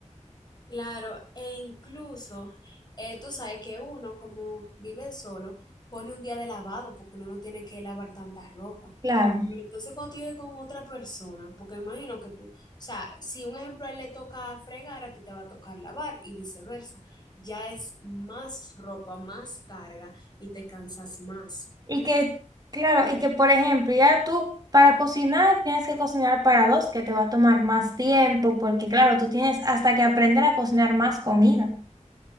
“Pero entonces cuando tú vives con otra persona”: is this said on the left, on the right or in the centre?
Left